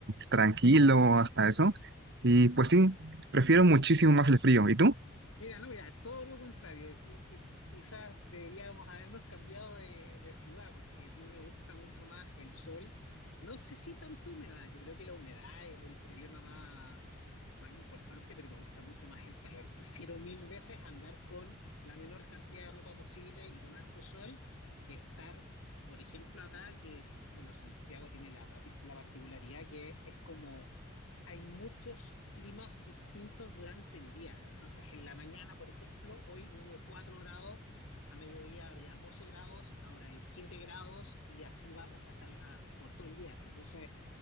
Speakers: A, on the right; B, on the left.
A: tranquilo hasta eso. Y pues sí, prefiero muchísimo más el frío. ¿Y tú?
B: Mira, no, mira, todo lo contrario. Qui- qui- quizás deberíamos habernos cambiado de, de ciudad, porque a mí me gusta mucho más el sol. No sé si tanto humedad, yo creo que la humedad es el problema más, más importante, pero me gusta mucho más el calor. Prefiero mil veces andar con la menor cantidad de ropa posible y con harto sol que estar, por ejemplo, acá, que, bueno, Santiago tiene la, pati- la particularidad que es como hay muchos climas distintos durante el día. Entonces, en la mañana, por ejemplo, hoy hubo 4 grados, a mediodía había 12 grados, ahora hay 7 grados y así vamos hasta el- a- por todo el día. Entonces,